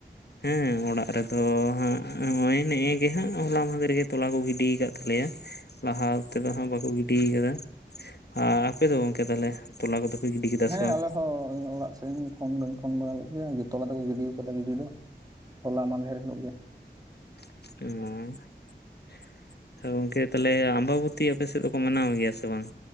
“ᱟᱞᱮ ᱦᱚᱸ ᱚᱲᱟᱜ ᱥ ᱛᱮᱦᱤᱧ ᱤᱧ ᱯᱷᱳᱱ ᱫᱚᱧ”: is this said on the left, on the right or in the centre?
Right